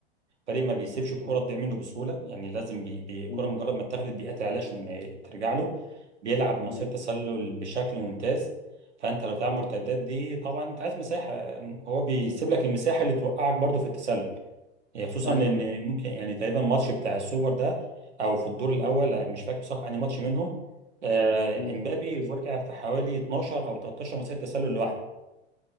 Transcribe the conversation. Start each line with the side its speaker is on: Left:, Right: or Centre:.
Right: فريق ما بيسيبش الكرة
Left: مم،
Right: تضيع منه بسهولة يعني لازم بي... بي... الكرة
Left: مم،
Right: مجرد ما اتاخدت بيقاتل عليها عشان ما ترجع
Left: مم،
Right: له بيلعب مسيرة
Left: مم،
Right: تسلل بشكل ممتاز فأنت لو بتلعب
Left: مم،
Right: مرتدات دي طبعا أنت عايز مساحة هو بيسيب
Left: مم.
Right: لك المساحة اللي توقعك برضو في التسلل يعني خصوصا
Left: ايوه
Right: إن ممكن يعني تقريبا الماتش بتاع السوبر ده أو في الدور الأول
Left: مم،
Right: مش فاكر بصراحة أنهي ماتش منهم آه
Left: مم،
Right: امبابي وقع في حوالي 12 أو 13 مسيرة تسلل لوحده